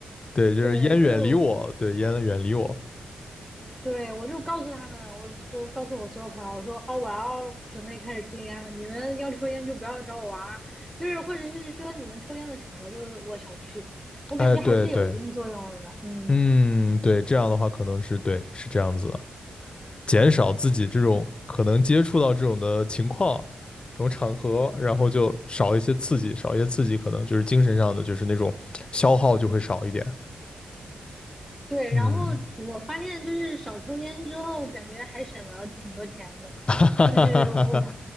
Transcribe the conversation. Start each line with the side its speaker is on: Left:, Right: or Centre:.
Left: 对，就是烟远离我，
Centre: 对，就
Left: 对，烟远离我。
Centre: 对，我就告诉他们，我就告诉我所有朋友，我说哦，我要准备开始戒烟了，你们要抽烟就不要找我玩儿，就是或者是说你们抽烟的场合就是我少去，我感觉还是有一定作用的，
Left: 哎，对对，
Centre: 嗯，
Left: 嗯，对，这样的话可能是对，是这样子的，减少自己这种可能接触到这种的情况，这种场合，然后就少一些刺激，少一些刺激，可能就是精神上的，就是那种消耗就会少一点。
Centre: 对。
Left: 嗯，
Centre: 然后我发现就是少抽烟之后，感觉还省了挺多钱的，
Left: <laughs> 哈哈哈哈哈哈，
Centre: 就是我